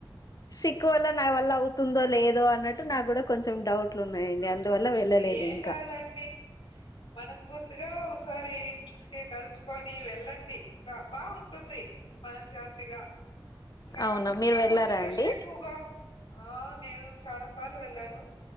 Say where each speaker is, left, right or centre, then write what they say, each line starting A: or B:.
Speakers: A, on the left; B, on the left.
A: సిక్ వల్ల నా వల్ల అవుతుందో లేదో అన్నట్టు నాకు కూడా కొంచెం డౌట్లు ఉన్నాయండి
B: ఆ
A: అందువల్ల వెళ్ళలేదు
B: ఏం
A: ఇంకా
B: కాదండి మనస్ఫూర్తిగా ఒకసారి అంటే తలుచుకొని వెళ్ళండి బ బాగుంటుంది మనశ్శాంతిగా ఇంకా
A: అవునా మీరు వెళ్ళారా
B: కొంచెం రష్
A: అండి
B: ఎక్కువగా ఆ నేను చాలా సార్లు వెళ్ళాను